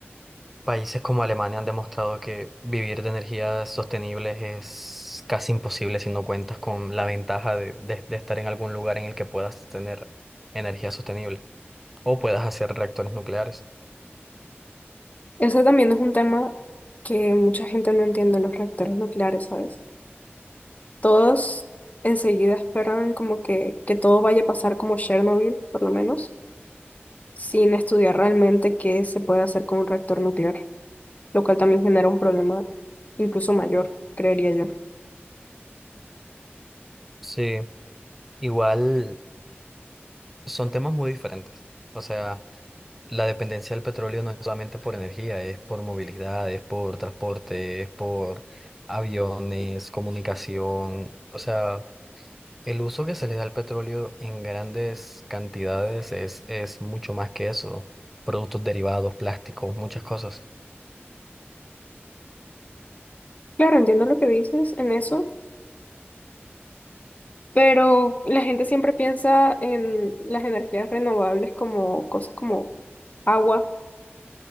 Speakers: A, in the centre; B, on the left.
A: países como Alemania han demostrado que vivir de energías sostenibles es casi imposible si no cuentas con la ventaja de, de- de estar en algún lugar en el que puedas tener energía sostenible o puedas hacer reactores nucleares.
B: Ese también es un tema que mucha gente no entiende, los reactores nucleares, ¿sabes? Todos enseguida esperan como que, que todo vaya a pasar como Chernobyl, por lo menos, sin estudiar realmente qué se puede hacer con un reactor nuclear, lo cual también genera un problema incluso mayor, creería yo.
A: Sí, igual son temas muy diferentes. O sea, La dependencia del petróleo no es solamente por energía, es por movilidad, es por transporte, es por aviones, comunicación. O sea, el uso que se le da al petróleo en grandes cantidades es, es mucho más que eso. Productos derivados, plásticos, muchas cosas.
B: Claro, entiendo lo que dices en eso, pero la gente siempre piensa en las energías renovables como cosas como agua